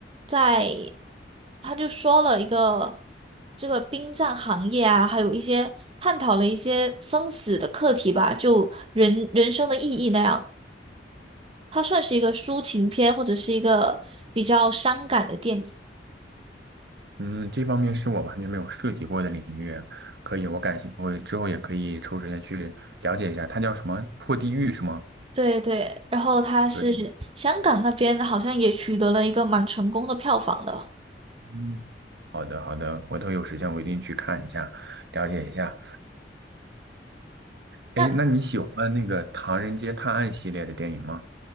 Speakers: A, on the right (about 30°); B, on the right (about 65°).
A: 在，他就说了一个这个殡葬行业啊，还有一些探讨了一些生死的课题吧，就人人生的意义那样。它算是一个抒情片，或者是一个比较伤感的电影。
B: 嗯，这方面是我完全没有涉及过的领域，可以，我感兴，我之后也可以抽时间去了解一下，它叫什么？破地狱是吗？
A: 对对，然后他是香港那边好像也取得了一个蛮成功的票房的。
B: 可以，嗯，好的，好的，回头有时间我一定去看一下，了解一下。哎，
A: 那
B: 那你喜欢那个《唐人街探案》系列的电影吗？